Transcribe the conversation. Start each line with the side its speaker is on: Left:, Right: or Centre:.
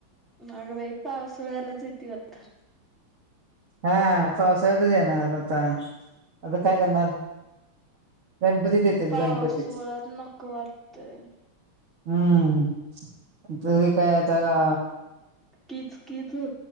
Centre: मग बाई पावसाळ्यालाच येते वा
Right: हा पावसाळ्यातच येणार आता आता काय करणार. गणपतीत येते
Centre: पाऊसोळ्यात
Right: गणपतीत
Centre: नको वाटतय.
Right: हम्म तु कायता का
Centre: कीच किच हो